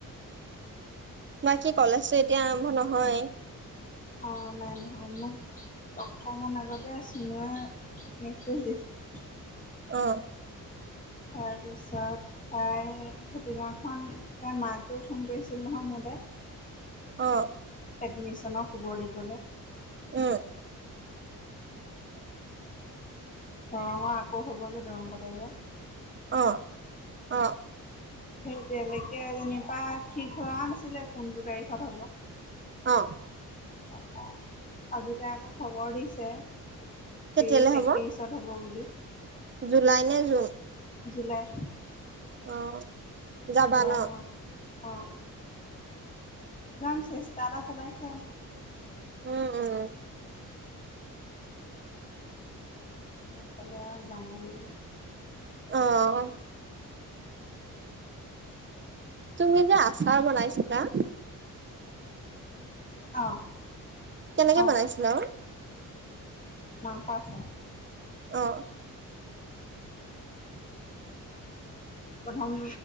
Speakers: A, on the right; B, on the left.
A: বাকী কলেজতো এতিয়া আৰম্ভ নহয়
B: অ নাই নহয় মোক অকমান আগতে চুনুৱে মেছেজ দিছিলে।
A: অ
B: তাৰপিছত তাই সেইদিনাখন তাই মাকেও ফোন কৰিছিল নহয় মোলে।
A: অ
B: এডমিছনৰ খবৰ দিবলে।
A: উম
B: তাৰপিছত, দৰঙৰ আকৌ হব যে দৰং কলেজত।
A: অ, অ।
B: সেই তেনেকে যেনিবা ঠিক হোৱা নাছিলে, কোনটো তাৰিখত হ'ব।
A: অ
B: তাপা আজি তাই আকৌ খবৰ দিছে ত্ৰিশ,
A: কেতিয়ালে হ'ব
B: একত্ৰিশ ত হ'ব বুলি।
A: জুলাই নে জুন?
B: জুলাই।
A: অ যাবা
B: দৰংৰ
A: ন
B: অ যাম চেষ্টা এটা চলাই চাম
A: উম উম
B: নাপালে আৱ যামগৈ আও
A: অ'। তুমি যে আচাৰ বনাইছিলাঁ।
B: অ',
A: কেনেকে
B: অ',
A: বনাইছিলা
B: মাংস আছাৰ।
A: অ',
B: প্ৰথম